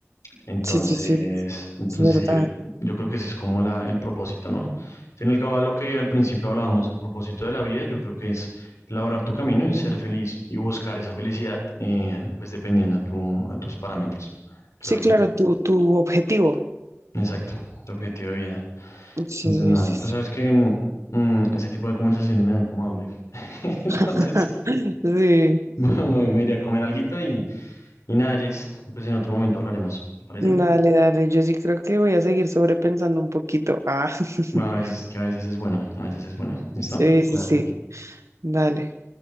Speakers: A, on the left; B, on the right.
A: Entonces,
B: sí, sí, sí,
A: entonces
B: sí, es
A: sí,
B: verdad.
A: yo, yo creo que ese es como la, el propósito, ¿no? Al fin y al cabo, lo que al principio hablábamos, el propósito de la vida, yo creo que es labrar tu camino y ser feliz y buscar esa felicidad, eh, pues dependiendo a, tu, a tus parámetros, creo
B: Sí,
A: yo.
B: claro, tu, tu objetivo.
A: Exacto, tu objetivo de vida.
B: Sí,
A: Entonces, nada,
B: sí,
A: tú
B: sí.
A: sabes que mm, mm, ese tipo de conversaciones me dan como hambre. <laughs> Entonces,
B: <laughs> Sí.
A: bueno, me, me iré a comer alguito y, y nada, Jess, pues en otro momento hablaremos, ¿te parece?
B: Dale, dale, yo sí creo que voy a seguir sobrepensando un poquito. Ah, <laughs>
A: Bueno, A veces, que a veces es bueno, a veces es bueno. ¿Listo?
B: sí, sí,
A: Cuídate.
B: sí, dale.